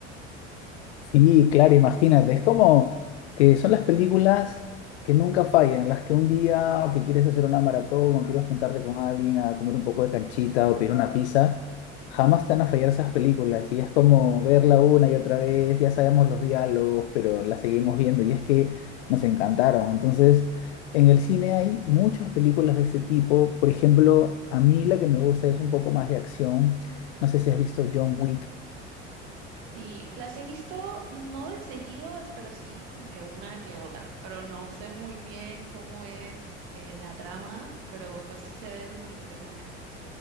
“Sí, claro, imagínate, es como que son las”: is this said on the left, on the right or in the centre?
Left